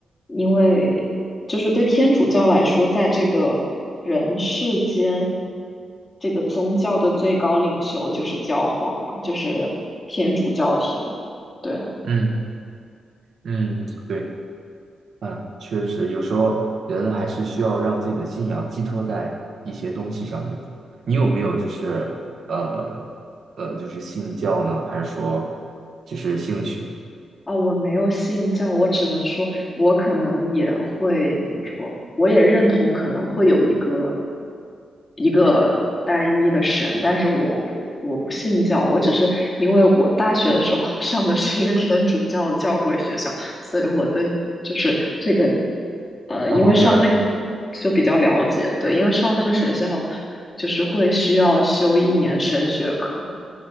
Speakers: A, on the left; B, on the right.
A: 因为就是对天主教来说，在这个人世间，这个宗教的最高领袖就是教皇嘛，就是天主教廷。对。
B: 嗯嗯，对。嗯，确实，有时候人还是需要让自己的信仰寄托在一些东西上面。你有没有就是呃呃，就是信教呢，还是说就是兴趣？
A: 哦，我没有信教，我只能说，我可能也会怎么说，我也认同可能会有一个一个单一的神，但是我不我不信教，我只是因为我大学的时候 <laughs> 上的是一个天主教的教会学校，所以我对就是这个呃，
B: 然后比较
A: 因为上那个就比较了解，对，因为上那个学校就是会需要修一年神学课，